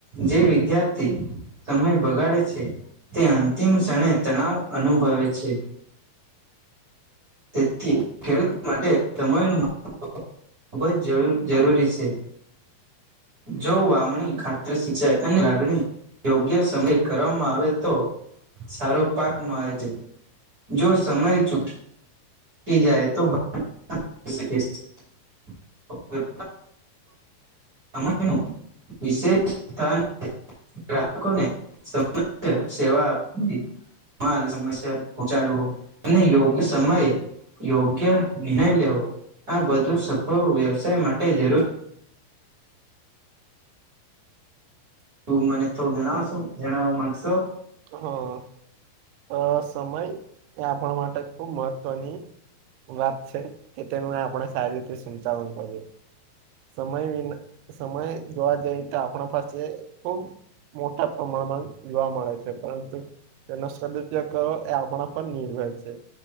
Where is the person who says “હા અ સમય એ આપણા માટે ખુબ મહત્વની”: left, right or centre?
Right